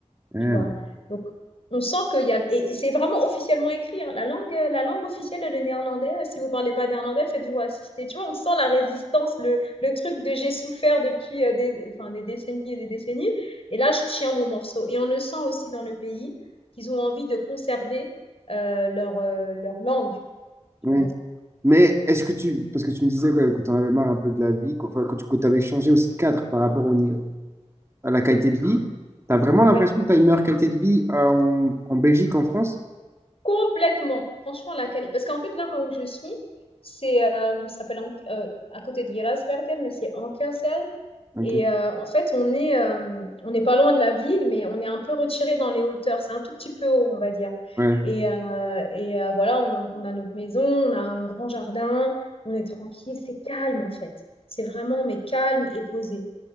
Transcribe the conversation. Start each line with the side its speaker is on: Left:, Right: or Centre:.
Right: Ouais.
Left: tu vois. Donc, on sent qu'il y a... Et et c'est vraiment officiellement écrit. hein. La langue, euh, la langue officielle, est le néerlandais. Euh, Si vous parlez pas néerlandais, faites-vous assister. Tu vois, on sent la résistance, le, le truc de j'ai souffert depuis euh, des, enfin, des décennies et des décennies. Et là, je tiens mon morceau. Et on le sent aussi dans le pays qu'ils ont envie de conserver euh, leur, euh, leur langue. Tu
Right: Oui.
Left: vois.
Right: Mais est-ce que tu, parce que tu me disais quand même que tu en avais marre un peu de la vie, qu'enfin, que tu avais changé aussi de cadre par rapport au, ni- à la qualité de vie, tu as vraiment l'impression
Left: Ouais,
Right: que tu as une meilleure qualité de vie euh, en, en Belgique qu'en France?
Left: complètement. Franchement, la qualité. Parce qu'en fait, là, moi où je suis, c'est, euh, ça s'appelle Ank- euh, à côté de Gerasbergen, mais c'est Ankersel.
Right: Ok,
Left: Et euh, en fait, on est, euh, on n'est pas loin de la ville, mais on est un peu retiré dans les hauteurs. C'est un tout petit peu haut, on va dire.
Right: ouais,
Left: Et, euh, et euh, voilà, on, on a notre maison, on a un grand jardin, on est tranquille, c'est calme en fait. C'est vraiment, mais calme et posé.